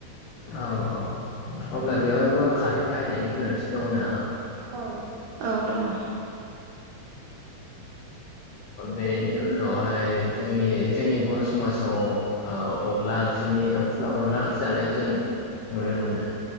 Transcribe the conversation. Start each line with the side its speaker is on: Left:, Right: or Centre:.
Left: औ औ अब्ला बेयाव बो खारै बाहायनायनि गोनांथि दंङना?
Right: औ औ दङ।
Left: बेनि उनावहाय जोंनि जोंनि बर' समाजाव ओ अनला ओंख्रिनि अनला ओंख्रि जानायखौ जों नुनो मोनो।